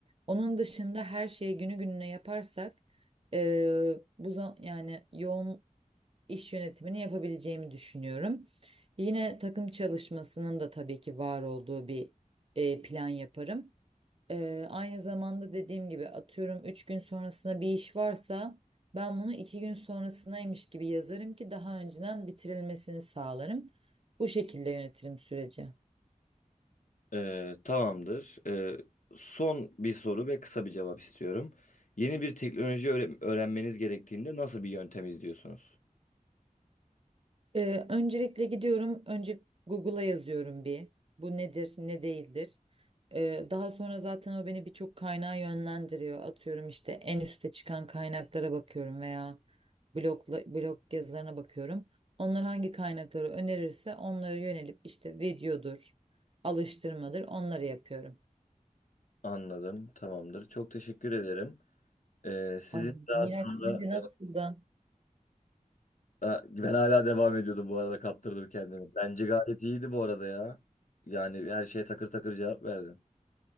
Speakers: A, on the right; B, on the left.
A: onun dışında her şeyi günü gününe yaparsak e, bu zam- yani yoğun iş yönetimini yapabileceğimi düşünüyorum. Yine takım çalışmasının da tabii ki var olduğu bir e, plan yaparım. E, aynı zamanda dediğim gibi atıyorum 3 gün sonrasında bir iş varsa ben bunu 2 gün sonrasındaymış gibi yazarım ki daha önceden bitirilmesini sağlarım. Bu şekilde yönetirim süreci.
B: Ee, tamamdır. Ee, son bir soru ve kısa bir cevap istiyorum. Yeni bir teknoloji öğre- öğrenmeniz gerektiğinde nasıl bir yöntem izliyorsunuz?
A: Ee, öncelikle gidiyorum. Önce Google'a yazıyorum bir. Bu nedir, ne değildir. Ee, daha sonra zaten o beni birçok kaynağa yönlendiriyor. Atıyorum işte en üste çıkan kaynaklara bakıyorum veya blogla, blog yazılarına bakıyorum. Onlar hangi kaynakları önerirse onlara yönelip işte videodur, alıştırmadır onları yapıyorum.
B: Anladım. Tamamdır. Çok teşekkür ederim. Ee, sizin
A: Ay
B: daha
A: Miraç
B: sonra
A: sence nasıldı?
B: Ha, Ben hala devam ediyordum bu arada kaptırdım kendimi. Bence gayet iyiydi bu arada ya. Yani her şeye takır takır cevap verdin.